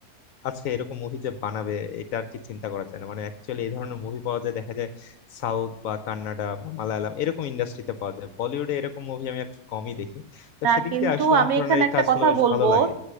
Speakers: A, on the left; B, on the right.
A: আছে এরকম মুভি যে বানাবে এটা আর কি চিন্তা করা যায় না মানে অ্যাকচুয়ালি এই ধরনের মুভি পাওয়া যায় দেখা যায় সাউথ বা কান্নাডা বা মালায়ালাম এরকম ইন্ডাস্ট্রিতে পাওয়া যায় বলিউডে এরকম মুভি আমি আর কি কমই দেখি তো
B: না
A: সেদিক
B: কিন্তু
A: দিয়ে আয়ুষ্মান
B: আমি
A: খুরানার
B: এখানে
A: এই
B: একটা
A: কাজগুলো
B: কথা
A: বেশ
B: বলবো
A: ভালো লাগে